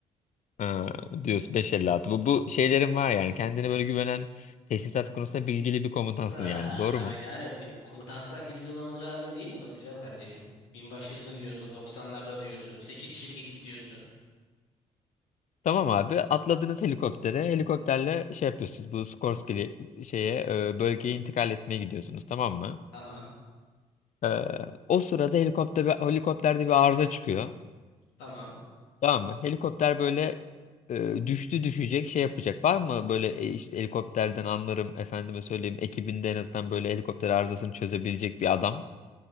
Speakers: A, on the left (about 50°); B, on the left (about 80°).
A: Ha, diyorsun 5.56. Bu, bu şeylerin var yani. Kendine böyle güvenen teşhisat konusunda bilgili bir komutansın
B: Aa,
A: yani. Doğru
B: tabii
A: mu?
B: canım. Bir, komutansak bilgi olmamız lazım değil mi? Güzel kardeşim. Binbaşısın diyorsun. 90'larda diyorsun. sekiz kişilik ekip diyorsun.
A: Tamam abi atladınız helikoptere helikopterle şey yapıyorsunuz bu Skorsky şeye e, bölgeye intikal etmeye gidiyorsunuz tamam mı?
B: Tamam.
A: E, o sırada helikopter, helikopterde bir arıza çıkıyor
B: Tamam.
A: tamam mı? Helikopter böyle e, düştü düşecek şey yapacak var mı böyle e, işte helikopterden anlarım efendime söyleyeyim ekibinde en azından böyle helikopter arızasını çözebilecek bir adam.